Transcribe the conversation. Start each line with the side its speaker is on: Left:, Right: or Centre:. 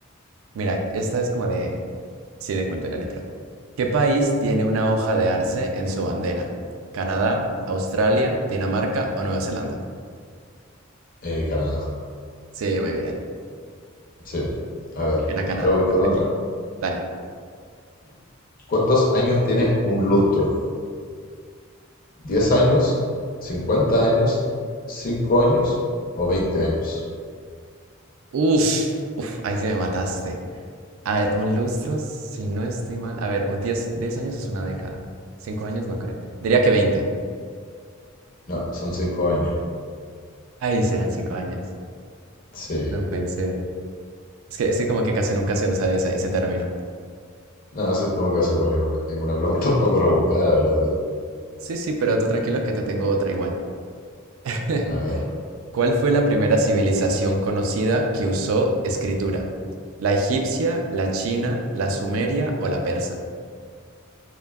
Right: mira, esta es como de, sí, de cultura literal. ¿Qué país tiene una hoja de arce en su bandera? ¿Canadá, Australia, Dinamarca o Nueva Zelanda?
Left: Eh, Canadá.
Right: Sí, muy bien.
Left: Sí. A ver,
Right: Era Canadá.
Left: ahora voy con
Right: Perfecto.
Left: otra.
Right: Dale.
Left: ¿Cuántos años tiene un lustro? Diez años? cincuenta años? cinco años? ¿O 20 años?
Right: Uf, uf, ahí se me mataste. A ver, un lustro, si no estoy mal. A ver, un 10 10 años es una década. cinco años no creo. Diría que veinte
Left: No, son cinco años.
Right: Ahí serán 5 años.
Left: Sí.
Right: No pensé. Es que, es que como que casi nunca se usa esa- ese término.
Left: No, eso en todo caso igual es una, es una pregunta un poco rebuscada, la verdad, pero...
Right: Sí, sí, pero tú tranquilo que te tengo otra igual. <laughs>
Left: A ver,
Right: ¿Cuál fue la primera civilización conocida que usó escritura? ¿La egipcia, la china, la sumeria o la persa?